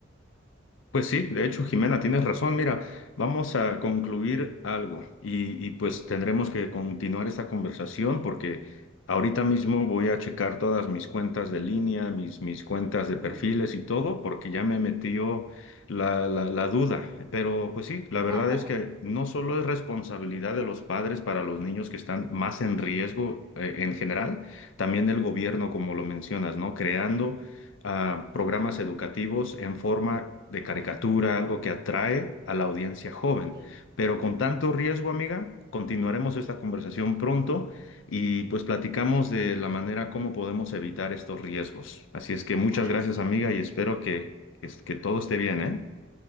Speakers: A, on the left (about 70°); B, on the right (about 20°).
A: Pues sí, de hecho, Jimena, tienes razón. Mira, vamos a concluir algo y, y, pues tendremos que continuar esta conversación porque ahorita mismo voy a checar todas mis cuentas de línea, mis, mis cuentas de perfiles
B: Mm.
A: y todo, porque ya me metió la, la, la duda. Pero pues sí, la verdad
B: <laughs>
A: es que no solo es responsabilidad de los padres para los niños que están más en riesgo eh, en general, también del gobierno, como lo mencionas, ¿no? Creando a
B: Sí.
A: programas educativos en forma de caricatura, algo que atrae a la audiencia joven.
B: sí.
A: Pero con tanto riesgo, amiga, continuaremos esta conversación pronto y pues platicamos de la manera como podemos evitar estos riesgos. Así es que muchas
B: Ay,
A: gracias,
B: sí.
A: amiga, y espero que, que que todo esté bien, ¿eh?